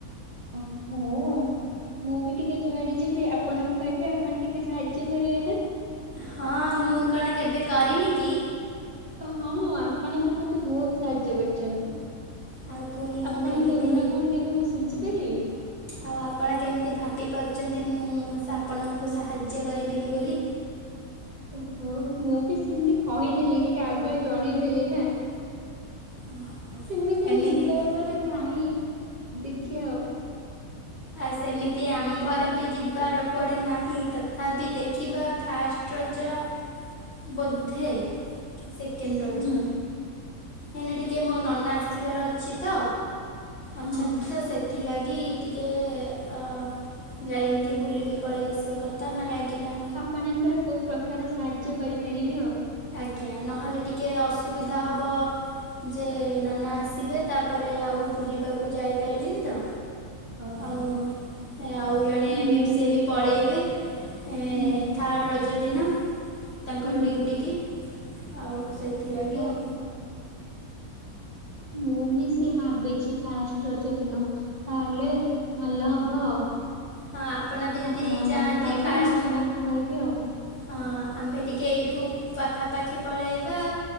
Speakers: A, on the right (about 30°); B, on the left (about 45°).
A: ଅ ହୋଉ। ମୁଁ ବି ଟିକେ ଯୁଆଡ଼େ ଯିବି ଆପଣଙ୍କୁ କହିବି ଆପଣ ଟିକେ ସାହାଯ୍ୟ କରିବେ ନାଁ?
B: ହଁ ମୁଁ କଣ କେବେ କରିନି କି?
A: ଓ ହଁ ଆପଣ ତ ମତେ ବୋହୁତ ସାହାଯ୍ୟ କରିଚନ୍ତି।
B: ଆଉ ପୁଣି ମୁଁ
A: ଆପଣଙ୍କ
B: କେମିତି
A: ଋଣ କଣ କେବେ ମୁଁ ଶୁଝି ପାରିବି?
B: ଆଉ ଆପଣ କେମତି ଭାବି ପାରୁଚନ୍ତି ମୁଁ ସା ଆପଣଙ୍କୁ ସାହାଯ୍ୟ କରିବିନି ବୋଲି?
A: ଓହୋ ହୋଉ ମୁଁ ବି ସେମତି କହିଦେଲି ଟିକେ ଆଗୁଆ ଜଣେଇଦେଲି ନା।
B: ଓହୋ
A: ସେମିତି
B: ଏମିତି
A: ବି ଯିବାର
B: କଥା
A: କୁଆଡ଼େ ନାହିଁ ଦେଖିଆ ଆଉ।
B: ଆ ସେମିତି ଆମ୍ଭର
A: ଓ,
B: ବି ଯିବାର କୁଆଡ଼େ ନାହିଁ ତଥାପି ଦେଖିବା ଫାଷ୍ଟ୍ ରଜ ବୋଧେ କି ସେକେଣ୍ଡ୍ ରଜ।
A: ହୁଁ
B: ହେନେ ଟିକେ ମୋ ନନା ଆସିବାର ଅଛି ତ ଅଛନ୍ତି
A: ହଁ
B: ତ ସେ ଥିଲାଗି ଟିକେ ଅ ଯାଇ କି ବୁଲିକି ପଳେଇଆସିବା କଥା ନା କାଇଁକି ନା
A: ପଣଙ୍କର କୋଉ ପ୍ରକାର ସାହାଯ୍ୟ କରିପାରିବି ଆଉ?
B: ଆଜ୍ଞା ନହେଲେ ଟିକେ ଅସୁବିଧା ହବ। ଯେ ନନା ଆସିବେ ତାପରେ ଆଉ ବୁଲିବାକୁ ଯାଇପାରିବେନି ତ।
A: ଓହୋ।
B: ଆଉ ଏ ଆଉ ଜଣେ
A: ମୁଁ
B: ବି ସିଏ ବି ପଳେଇବେ। ଏ
A: ହୁଁ
B: ଥାର୍ଡ଼ ରଜ ଦିନ ତାଙ୍କ
A: ହୁଁ।
B: ଡିଉଟି କି। ଆଉ ସେଥିଲାଗି
A: ଓହୋ।
B: ଆଉ।
A: ମୁଁ ବି ସେ ଭାବିଚି ଫାଷ୍ଟ୍ ରଜ ଦିନ ନହେଲେ ଭଲ ହ ବ ଆଉ।
B: ହଁ ଆପଣ ବି ଯଦି
A: ଆପଣଙ୍କୁ
B: ଯାଆନ୍ତି
A: ମତେ କହିବେ
B: ଫାଷ୍ଟ
A: ମୁଁ ଆପଣଙ୍କୁ କହିବି ଆଉ।
B: ହଁ ଆମ୍ଭେ ଟିକେ ଏଇଠୁ ପାଖାପାଖି ପଳେଇବା।